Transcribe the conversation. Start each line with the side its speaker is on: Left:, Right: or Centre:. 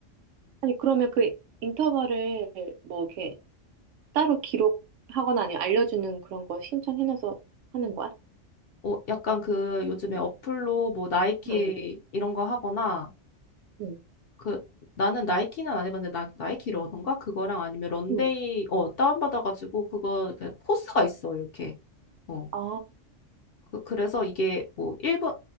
Right: 아니, 그러면 그 인터벌을 뭐 이렇게 따로 기록하거나 아니면 알려주는 그런 거 신청해놔서 하는 거야?
Left: 어, 약간 그 요즘에
Right: 응.
Left: 어플로 뭐 나이키
Right: 응,
Left: 이런 거 하거나
Right: 응,
Left: 그 나는 나이키는 안 해봤는데 나, 나이키 러던가 그거랑 아니면 런데이
Right: 응.
Left: 어, 다운받아가지고 그거 그 코스가 있어, 이렇게. 어,
Right: 아,
Left: 그, 그래서 이게 뭐 1분